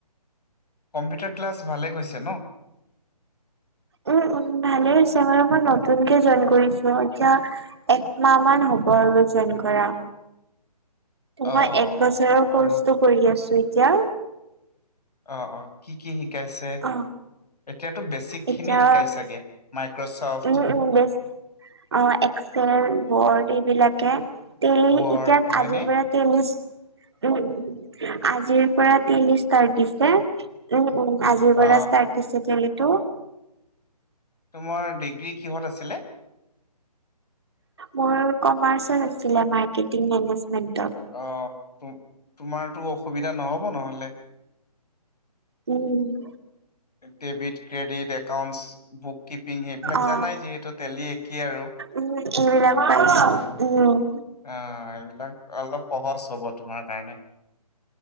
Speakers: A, on the left; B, on the right.
A: কম্পিউটাৰ ক্লাছ ভালেই গৈছে ন।
B: উম উম ভালে হৈছে বাৰু মই নতুনকে জইন কৰিছো এতিয়া একমাহ মান হ'ব আৰু জযন কৰা মই
A: অ
B: এক
A: অ
B: বছৰৰ
A: অ
B: কৰ্চটো
A: আৰু
B: কৰি আছো এতিয়া।
A: অ অ কি কি শিকাইছে
B: অ
A: এতিয়াতো বেছিক খিনি
B: এতিয়া
A: শিকাই চাগে। মাইক্ৰ'ছফট
B: উম উম বেছ অ এক্সেল, বৰ্ড এইবিলাকে তেলি
A: ৱৰ্ড
B: এতিয়া
A: হয়নে
B: আজি পৰা টেলি উম উম আজিৰ পৰা টেলি ষ্টাৰ্ট দিছে, উম উম আজিৰ পৰা
A: অ
B: ষ্টাৰ্টদিছে তেলিটো।
A: তোমাৰ ডিগ্ৰী কিহত আছিলে।
B: মোৰ কমাৰ্চত আছিলে মাৰ্কেটিং মেনেজমেন্টত।
A: অ ত তোমাৰতো অসুবিধা নহ'ব নহলে।
B: উম
A: debit credit accounts. Book keeping সেইবিলাক
B: অ
A: জানাই যিহেতু টেলি একেই আৰু
B: উম এইবিলাক পাইছো উম
A: অ এইবিলাক, অলপ সহজ হ'ব তোমাৰ কাৰণে